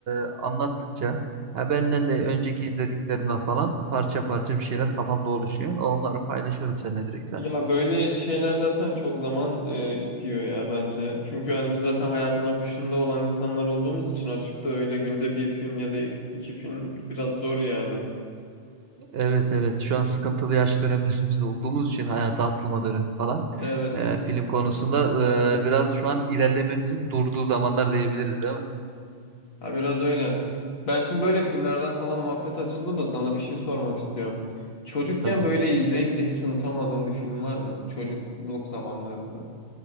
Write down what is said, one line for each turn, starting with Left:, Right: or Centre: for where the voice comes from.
Right: e, anlattıkça ya benden de önceki izlediklerimden falan parça parça bir şeyler kafamda oluşuyor. Onları paylaşıyorum seninle direkt zaten.
Left: Ya böyle şeyler zaten çok zaman e, istiyor ya bence. Çünkü hani biz zaten hayatın akışında olan insanlar olduğumuz için açıp da öyle günde bir film ya da iki film biraz zor yani.
Right: Evet evet şu an sıkıntılı yaş dönemlerimizde olduğumuz için hayata atılma dönemi falan
Left: Evet.
Right: e, film konusunda e, biraz şu an ilerlememizin durduğu zamanlar diyebiliriz değil mi?
Left: Ha biraz öyle. Ben şimdi böyle filmlerden falan muhabbet açıldı da sana bir şey sormak istiyorum. Çocukken
Right: Tabii.
Left: böyle izleyip de hiç unutamadığın bir film var mı? Çocukluk zamanlarında.